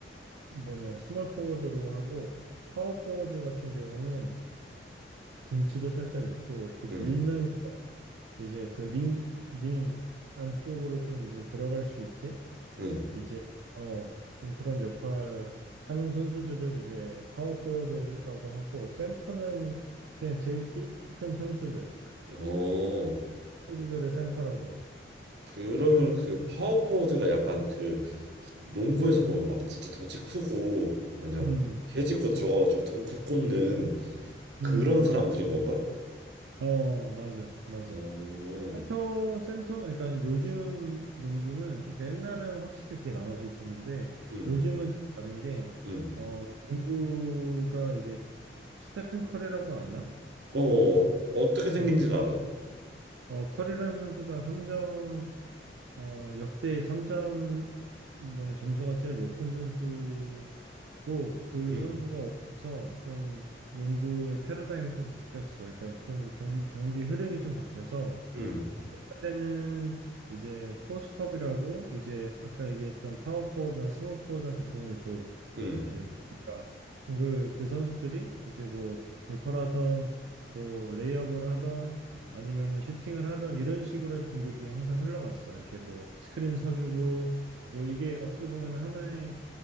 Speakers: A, on the right (about 85°); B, on the right (about 65°).
A: 뭐냐 스몰 포워드로 하고 파워 포워드 같은 경우는 등치도 살짝 있고 이렇게 밀면서
B: 응,
A: 이제 그 링 링 안쪽으로 좀 이제 들어갈 수 있게
B: 응.
A: 이제 어 좀 그런 역할 하는 선수들을 이제 파워포워드라고 하고 센터는 그냥 제일 키 큰 선수들
B: 어,
A: 선수들을 센터라고 해.
B: 그러면은 그 파워포워드가 약간 그 농구에서 보면 막 진짜 덩치 크고 마냥
A: 음,
B: 해집고 들어가가지고 덩크 꽂는
A: 음,
B: 그런 사람들인 건가?
A: 어, 맞아, 맞아.
B: 어,
A: 센터, 센터, 그러니까 요즘 농구는, 그러니까 옛날은 확실히 그게 나눠져 있었는데,
B: 응,
A: 요즘은 좀 다른 게,
B: 응.
A: 어, 농구가 이제 스테픈 커리라고 아나?
B: 어, 어떻게 생긴지는
A: 어,
B: 알아.
A: 어, 커리라는 선수가 3점 어, 역대 3점 뭐냐 점수가 제일 높은 선수고 그
B: 응,
A: 선수가 오면서 좀 농구의 패러다임이 좀 바뀌었어. 그러니까 좀 경, 경기 흐름이 좀 바뀌어서
B: 응,
A: 옛날에는 이제 포스트업이라고 이제 아까 얘기했던 파워포워드나 스몰포워드한테 공을 줘
B: 응,
A: 이렇게 그러니까 그럼 그, 그 선수들이 이제 뭐 돌파하던 뭐 레이업을 하던 아니면은 슈팅을 하던 이런 식으로 해서 공격이 항상 흘러갔어 이렇게 뭐 스크린 서주고 뭐 이게 어떻게 보면 하나의